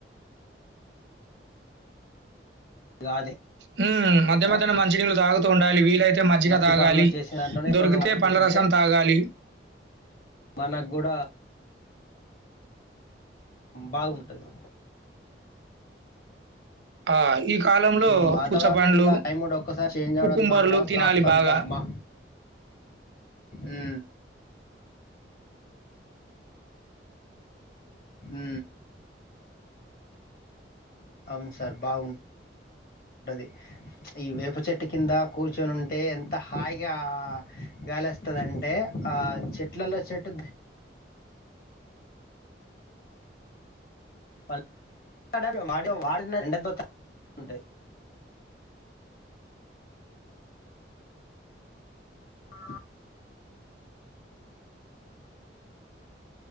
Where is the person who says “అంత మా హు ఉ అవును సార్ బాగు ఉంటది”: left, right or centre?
Left